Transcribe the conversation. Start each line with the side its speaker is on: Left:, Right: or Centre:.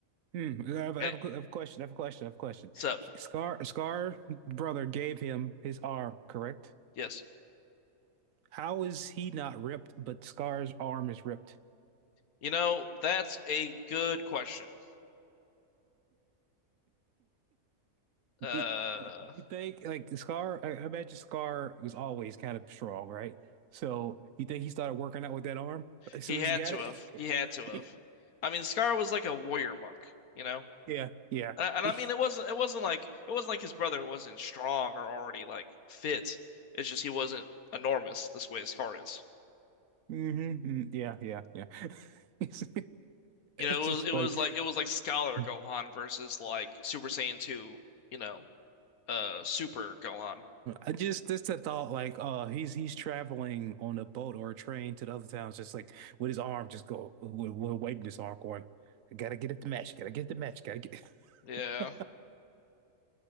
Right: Hmm. I have, I
Left: Hey,
Right: have a, que- I have a question. I have a question. I have a question.
Left: sup?
Right: He- Scar, Scar brother gave him his arm, correct?
Left: Yes.
Right: How is he not ripped, but Scar's arm is ripped?
Left: You know, that's a good question. Uh,
Right: Did you you think like Scar? I, I imagine Scar was always kind of strong, right? So you think he started working out with that arm as
Left: He
Right: soon
Left: had
Right: as he got
Left: to
Right: it?
Left: have. He had to have.
Right: <laughs>
Left: I mean, Scar was like a warrior monk, you know?
Right: Yeah, yeah.
Left: And, and
Right: <laughs>
Left: I mean, it wasn't it wasn't like it wasn't like his brother wasn't strong or already like fit. It's just he wasn't enormous this way Scar is.
Right: hmm Yeah, yeah, yeah. <laughs> It's
Left: You know,
Right: just
Left: it was it
Right: funny.
Left: was like it was like Scholar
Right: Mm-hmm.
Left: Gohan versus like Super Saiyan 2, you know, uh Super Gohan.
Right: I just just the thought like uh he's he's traveling on a boat or a train to the other towns just like with his arm just go with, with waving his arm going I gotta get at the match gotta get the match gotta get
Left: Yeah.
Right: <laughs> uh,